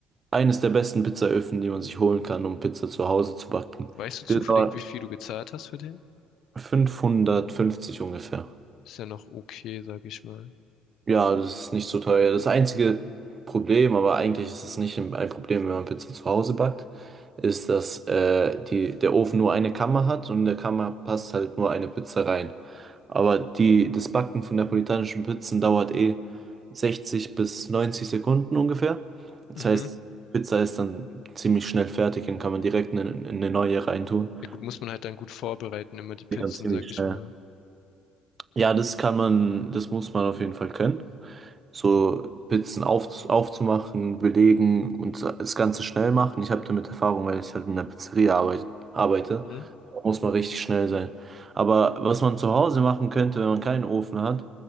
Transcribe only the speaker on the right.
eines der besten Pizzaöfen, die man sich holen kann, um Pizza zu Hause zu backen.
Das war
550 ungefähr.
Ja, das ist nicht so teuer. Das einzige Problem, aber eigentlich ist es nicht ein Problem, wenn man Pizza zu Hause backt, ist, dass äh, die, der Ofen nur eine Kammer hat und in der Kammer passt halt nur eine Pizza rein. Aber die, das Backen von neapolitanischen Pizzen dauert eh 60 bis 90 Sekunden ungefähr. Das
heißt, Pizza ist dann ziemlich schnell fertig und kann man direkt in, in eine neue reintun.
Geht dann ziemlich
schnell.
Ja, das kann man, das muss man auf jeden Fall können. so Pizzen auf, aufzumachen, belegen und das Ganze schnell machen. Ich habe damit Erfahrung, weil ich halt in der Pizzeria arbeit, arbeite.
Da Muss man richtig schnell sein. Aber was man zu Hause machen könnte, wenn man keinen Ofen hat,